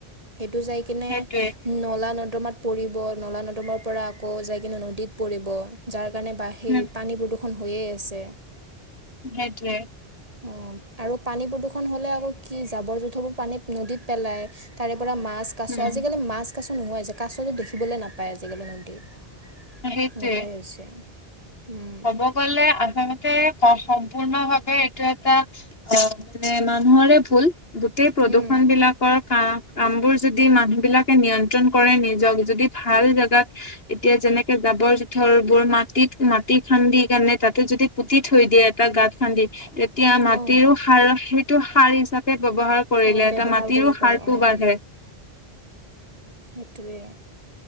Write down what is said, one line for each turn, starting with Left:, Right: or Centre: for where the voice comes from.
Right: সেইটো যাই কিনে
Left: সেইটোৱে
Right: নলা নৰ্দমাত পৰিব নলা নৰ্দমাৰ পৰা আকৌ যাই কিন্তু নদীত পৰিব যাৰ কাৰণে বা সেই
Left: উম
Right: পানী প্ৰদূষণ হৈয়ে আছে।
Left: হেইটোৱে
Right: অ', আৰু পানী প্ৰদূষণ হ'লে আকৌ কি জাবৰ জোঁথৰবোৰ পানীত নদীত পেলাই তাৰে পৰা মাছ কাছ
Left: উম
Right: আজিকালি মাছ কাছো নোহাই যে কাছতো দেখিবলৈ নাপায় আজিকালি নদীত।
Left: সেইটোৱে
Right: নকৰা হৈছে। উম,
Left: ক'ব গ'লে আচলতে সম্পূৰ্ণ ভাৱে এইটো এটা আহ মানে মানুহৰে ভুল গোটেই প্ৰদূষণ
Right: উম।
Left: বিলাকৰ কাৰণ কাম বোৰ যদি মানুহ বিলাকে নিয়ন্ত্ৰন কৰে নিজক যদি ভাল জোগাত এতিয়া যেনেকে জাবৰ জোথৰ বোৰ মাটিত মাটি খান্দি কাৰণে তাতে যদি পুতি থৈ দিয়ে এটা গাঁত খান্দি এতিয়া মাটিৰো
Right: অ'।
Left: সাৰ, সেইটো সাৰ হিচাপে ব্যৱহাৰ কৰিলে
Right: অ', ব্যৱহাৰ
Left: এটা মাটিৰো
Right: কৰিব পাৰি
Left: সাৰটো
Right: অ'।
Left: বাহে।
Right: সেইটোৱে,